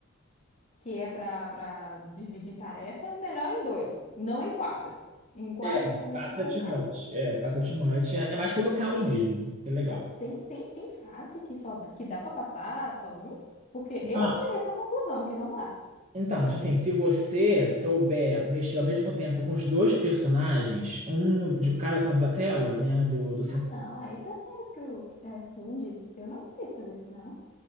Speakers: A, on the left; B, on the right.
A: que é para para dividir tarefa é melhor em dois, não em quatro. Em quatro
B: É,
A: também
B: 4
A: fica
B: é too
A: o caos.
B: É, 4 é É, é mais pelo caos mesmo. É legal.
A: Mas tem tem tem fase que só que dá para passar só um? Porque eu
B: Ah,
A: tirei essa conclusão que não dá.
B: então, tipo assim, se você souber mexer ao mesmo tempo com os dois personagens, um no- de cada canto da tela, né, do, do
A: Não, aí se seu cérebro é, funde. Eu não consigo fazer isso, não.